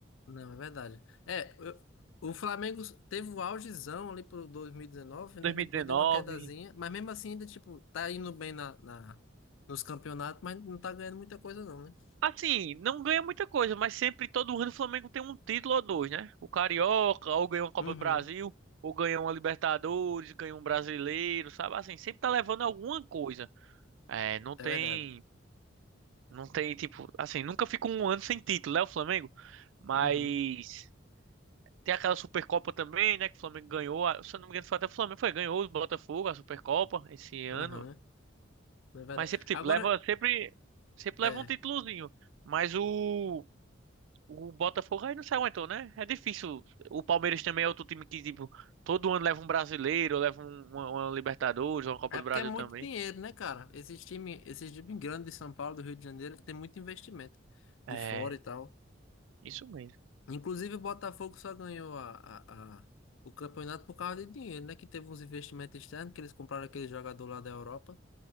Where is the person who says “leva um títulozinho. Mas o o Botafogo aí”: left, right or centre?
Right